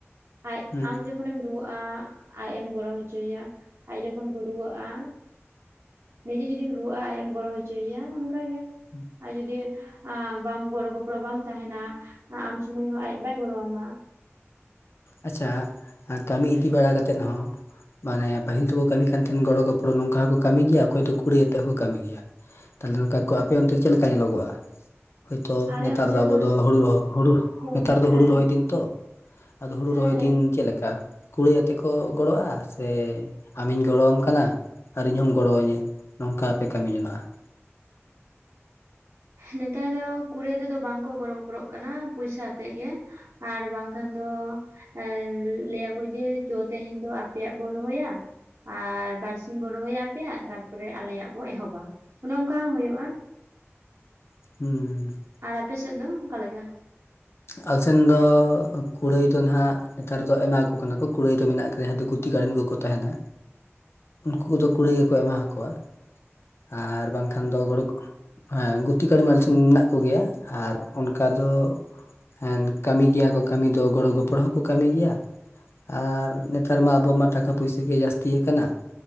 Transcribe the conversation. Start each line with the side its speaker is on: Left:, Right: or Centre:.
Right: ᱟᱡ
Left: ᱦᱩᱸ
Right: ᱟᱢ ᱡᱚᱠ ᱡᱚᱠᱷᱚᱱᱮᱢ ᱨᱩᱣᱟᱹᱜᱼᱟ ᱟᱡ ᱮᱢ ᱜᱚᱲᱚ ᱦᱚᱪᱚᱭᱮᱭᱟ ᱟᱡ ᱡᱚᱠᱷᱚᱱ ᱠᱚ ᱨᱩᱣᱟᱹᱜᱼᱟ ᱱᱤᱡᱮ ᱡᱩᱫᱤᱢ ᱨᱩᱣᱟᱹᱜᱼᱟ ᱟᱡ ᱮᱢ ᱜᱚᱲᱚ ᱦᱚᱪᱚᱭ ᱮᱭᱟ ᱚᱱᱠᱟ ᱜᱮ
Left: <unintelligible>
Right: ᱟᱨ ᱡᱩᱫᱤ ᱵᱟᱢ ᱜᱚᱲᱚ ᱜᱚᱯᱚᱲᱚ ᱵᱟᱢ ᱛᱟᱦᱮᱱᱟ ᱟᱢ ᱥᱳᱢᱚᱭ ᱦᱚᱸ ᱟᱡ ᱵᱟᱭ ᱜᱚᱲᱚ ᱟᱢᱟ ᱾
Left: ᱟᱪᱪᱷᱟ, ᱠᱟᱹᱢᱤ ᱤᱫᱤ ᱵᱟᱲᱟ ᱠᱟᱛᱮᱫ ᱦᱚᱸ ᱢᱟᱱᱮ ᱯᱟᱹᱦᱤᱞ ᱫᱚᱠᱚ ᱠᱟᱹᱢᱤ ᱠᱟᱱ ᱛᱟᱦᱮᱸᱫ ᱜᱚᱲᱚ ᱜᱚᱯᱚᱲᱚ ᱱᱚᱝᱠᱟ ᱦᱚᱸᱠᱚ ᱠᱟᱹᱢᱤ ᱜᱮᱭᱟ ᱚᱠᱚᱭ ᱫᱚ ᱠᱩᱲᱟᱹᱭ ᱟᱛᱮ ᱦᱚᱸᱠᱚ ᱠᱟᱹᱢᱤ ᱜᱮᱭᱟ᱾ ᱛᱟᱦᱚᱞᱮ ᱱᱚᱝᱠᱟ ᱠᱚ ᱟᱯᱮ ᱚᱱᱛᱮ ᱪᱮᱫ ᱞᱮᱠᱟ ᱧᱮᱞᱚᱜᱚᱜᱼᱟ? ᱦᱳᱭᱛᱳ
Right: ᱟᱞᱮ
Left: ᱱᱮᱛᱟᱨ
Right: ᱚᱱᱛᱮ
Left: ᱫᱚ ᱟᱵᱚ ᱫᱚ ᱦᱩᱲᱩ ᱦᱩᱲᱩ
Right: ᱦᱚᱸ
Left: ᱱᱮᱛᱟᱨ ᱫᱚ
Right: ᱦᱮᱸ
Left: ᱦᱩᱲᱩ ᱨᱚᱦᱚᱭ ᱫᱤᱱ ᱛᱚ, ᱟᱫᱚ ᱦᱩᱲᱩ
Right: ᱦᱮᱸ
Left: ᱨᱚᱦᱚᱭ ᱫᱤᱱ ᱪᱮᱫ ᱞᱮᱠᱟ ᱠᱩᱲᱟᱹᱭ ᱟᱛᱮ ᱠᱚ ᱜᱚᱲᱚᱼᱟ ᱥᱮ ᱟᱢᱤᱧ ᱜᱚᱲᱚᱭᱟᱢ ᱠᱟᱱᱟ ᱟᱨ ᱤᱧ ᱦᱚᱢ ᱜᱚᱲᱚᱤᱧᱟᱹ ᱱᱚᱝᱠᱟ ᱯᱮ ᱠᱟᱹᱢᱤ ᱡᱚᱝᱟᱜᱼᱟ ᱾
Right: ᱱᱮᱛᱟᱨ ᱫᱚ ᱠᱩᱲᱟᱹᱭ ᱟᱛᱮᱫ ᱫᱚ ᱵᱟᱝ ᱠᱚ ᱜᱚᱲᱚ ᱜᱚᱯᱚᱲᱚᱜ ᱠᱟᱱᱟ ᱯᱚᱭᱥᱟ ᱟᱛᱮᱫ ᱜᱮ ᱾ ᱟᱨ ᱵᱟᱝᱠᱷᱟᱱ ᱫᱚ ᱮ ᱞᱟᱹᱭᱟ ᱠᱚ ᱡᱮ ᱪᱚ ᱛᱮᱦᱮᱧ ᱫᱚ ᱟᱯᱮᱭᱟᱜ ᱵᱚ ᱨᱚᱦᱚᱭᱟ ᱾ ᱟᱨ ᱵᱟᱨᱥᱤᱧ ᱵᱚ ᱨᱚᱦᱚᱭᱟ ᱟᱯᱮᱭᱟ ᱛᱟᱨᱯᱚᱨᱮ ᱟᱞᱮᱭᱟᱜ ᱵᱚ ᱮᱦᱚᱵᱟ ᱚᱱᱮ ᱚᱱᱠᱟ ᱦᱚᱸ ᱦᱩᱭᱩᱜᱼᱟ ᱾
Left: ᱦᱩᱸ ᱾
Right: ᱟᱨ ᱟᱯᱮ ᱥᱮᱫ ᱫᱚ ᱚᱠᱟ ᱞᱮᱠᱟ?
Left: ᱟᱞᱮ ᱥᱮᱱ ᱫᱚ ᱠᱩᱲᱟᱹᱭ ᱫᱚ ᱱᱟᱦᱟᱸᱜ ᱱᱮᱛᱟᱨ ᱫᱚ ᱮᱢᱟᱠᱚ ᱠᱟᱱᱟ ᱠᱚ ᱠᱩᱲᱟᱹᱭ ᱫᱚ ᱢᱮᱱᱟᱜ ᱟᱠᱟᱫᱟ ᱡᱟᱦᱟᱸ ᱫᱚ ᱜᱩ ᱜᱩᱛᱤ ᱠᱟᱹᱲᱢᱤ ᱠᱚᱠᱚ ᱛᱟᱦᱮᱱᱟ
Right: <unintelligible>
Left: ᱾ ᱩᱱᱠᱩ ᱠᱚᱫᱚ ᱠᱩᱲᱟᱹᱭ ᱜᱮᱠᱚ ᱮᱢᱟ ᱟᱠᱚᱣᱟ ᱾ ᱟᱨ ᱵᱟᱝᱠᱷᱟᱱ ᱫᱚ ᱜᱚᱲ ᱦᱮᱸ ᱜᱩᱛᱤ ᱠᱟᱲᱢᱤ ᱥᱮᱱ ᱢᱮᱱᱟᱜ ᱠᱚᱜᱮᱭᱟ ᱟᱨ ᱚᱱᱠᱟ ᱫᱚ ᱦᱮᱸ ᱠᱟᱹᱢᱤ ᱜᱮᱭᱟ ᱠᱚ ᱠᱟᱹᱢᱤ ᱫᱚ ᱜᱚᱲᱚ ᱜᱚᱯᱚᱲᱚ ᱦᱚᱸᱠᱚ ᱠᱟᱹᱢᱤ ᱜᱮᱭᱟ ᱾ ᱟᱨ ᱱᱮᱛᱟᱨ ᱢᱟ ᱟᱵᱚ ᱢᱟ ᱴᱟᱠᱟ ᱯᱚᱭᱥᱟ ᱜᱮ ᱡᱟᱹᱥᱛᱤ ᱟᱠᱟᱱᱟ ᱾